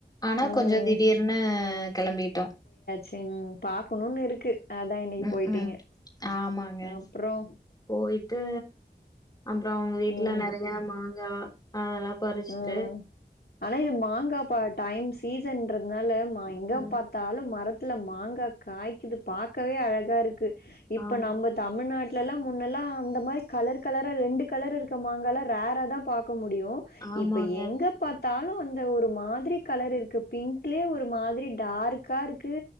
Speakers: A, on the left; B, on the left.
A: ஆனா
B: ஆ
A: கொஞ்சோ திடீர்னு கெளம்பிட்டோ
B: சரி பாக்கணும்னு இருக்கு அதா இன்னைக்கு
A: ம்
B: போயிட்டீங்க
A: ம் ஆமாங்க
B: அப்றோ
A: போயிட்டு அங்க அவுங்க வீட்ல
B: ம்
A: நெறையா மாங்கா அதெல்லா பறிச்சிட்டு
B: ம் ஆனா இது மாங்கா பா டைம் சீசன்றதுனால மா எங்க
A: ம்
B: பாத் தாலு மரத்துல மாங்கா காய்க்குது பாக்கவே அழகா இருக்கு இப்ப
A: ஆமா
B: நம்ம தமிழ்நாட்லல முன்னெல்லா அந்த மாரி கலர் கலரா ரெண்டு கலர் இருக்கற மாங்காலா ரேராதா பாக்க முடியு
A: ஆமாங்க
B: இப்ப எங்க பாத் தாலு அந்த ஒரு மாதிரி கலர் இருக்கு பிங்க்லயே ஒரு மாதிரி டார்க்கா இருக்கு